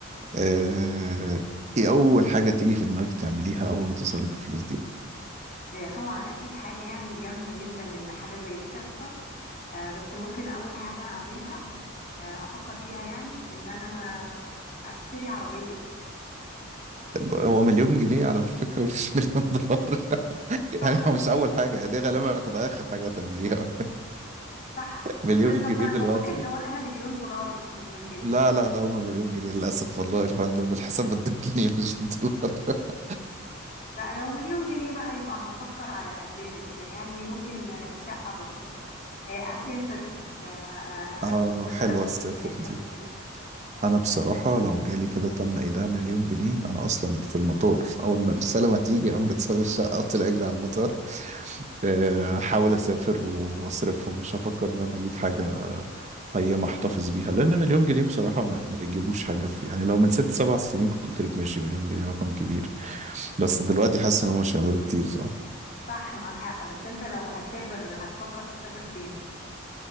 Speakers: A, on the right; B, on the left.
A: آه ايه اول حاجه تيجي في دماغك تعمليها اول ما توصلك الفلوس دي
B: هي طبعا اكيد حاجه يعني جامده جدا ان حاجه زي دي تحصل آه، بس ممكن اول حاجه اعملها آه، افكر فيها يعني ان انا اشتري عربيه
A: طب هو مليون جنيه على فكره مش <laughs> مليون دولار <laughs>
B: صح
A: يعني
B: ما
A: هو مش
B: بقتش
A: اول حاجه يعني
B: جديدة.
A: دي غالبا هتبقى اخر حاجه هتعمليها
B: صح بس
A: مليون
B: طب
A: جنيه
B: ما
A: دلوقتي
B: ما ممكن نقولها مليون دولار مش مليون جنيه
A: لا لا لا هم مليون جنيه للأسف والله يا فندم الحساب بده الجنيه مش بالدولار <laughs>
B: لا لو مليون جنيه بقى يبقى هنفكر على قدنا كده يعني ممكن آه، شقه بسيطه آه، اسافر آه، آه،
A: اه
B: اشوف
A: حلوة
B: بلد ما
A: السافر
B: شفتهاش
A: دي
B: قبل كده
A: أنا بصراحة لو جالي كده تم إيداع مليون جنيه أنا أصلا في المطار أول ما الرسالة ما تيجي أقوم جت ساب الشقة أطلع أجري على المطار آه، أحاول أسافر وأصرفهم مش هفكر إن أنا أجيب حاجة قيمة أحتفظ بيها لأن مليون جنيه بصراحة ما ما يجيبوش حاجة في يعني لو من ست سبع سنين كنت قلت لك ماشي مليون جنيه رقم كبير بس دلوقتي حاسس إن هم مش هيعملوا كتير صح؟
B: صح معاك حق بس انت لو هتسافر هتفكر تسافر فين